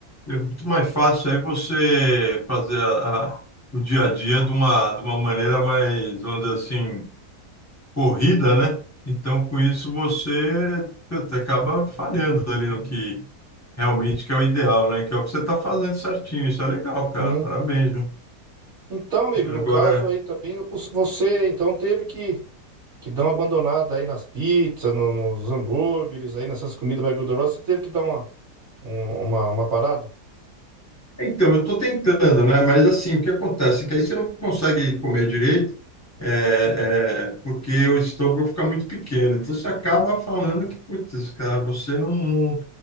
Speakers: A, on the left; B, on the right.
A: É muito mais fácil aí você fazer a- a- o dia a dia de uma, de uma maneira mais, vamos dizer assim, corrida, né? Então, com isso, você puta, acaba falhando ali no que realmente que é o ideal, né? Que é o que você está fazendo certinho. Isso é legal, cara.
B: Sim.
A: Parabéns, viu?
B: Então, amigo,
A: Agora.
B: no caso aí também, os- você então teve que que dar uma abandonada aí nas pizzas, no- nos hambúrgueres, aí nessas comidas mais gordurosas, você teve que dar uma, Um- uma, uma parada?
A: Então, eu estou tentando, né? Mas assim, o que acontece é que aí você não consegue comer direito, é, é, porque o estômago fica muito pequeno. Então você acaba falando que, putz, cara, você não, não,